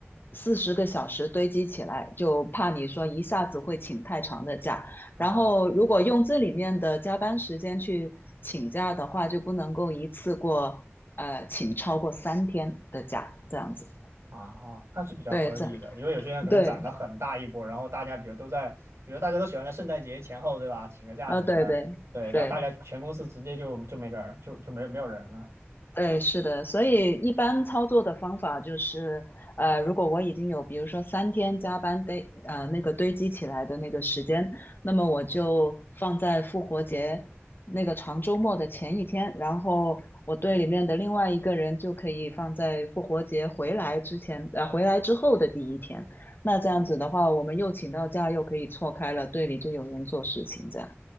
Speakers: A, on the left; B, on the right.
A: 四十个小时堆积起来，就怕你说一下子会请太长的假。
B: 啊。
A: 然后如果用这里面的加班时间去请假的话，就不能够一次过呃请超过三天的假，这样子。
B: 啊，那是比较合理的，
A: 对，这
B: 因为有些人可能攒了很大一波，
A: 对，
B: 然后大家比如都在，比如大家都喜欢在圣诞节前后，对吧？请个假什么的，
A: 呃，对对对。
B: 对，然后大家全公司直接就就没人儿，就就没有没有人了。
A: 对，是的，所以一般操作的方法就是，呃，如果我已经有，比如说三天加班堆，呃，那个堆积起来的那个时间，那么我就放在复活节那个长周末的前一天，然后我队里面的另外一个人就可以放在复活节回来之前，呃，回来之后的第一天。那这样子的话，
B: 哦，
A: 我们又请到假，又可以错开了，队里就有人做事情，这样。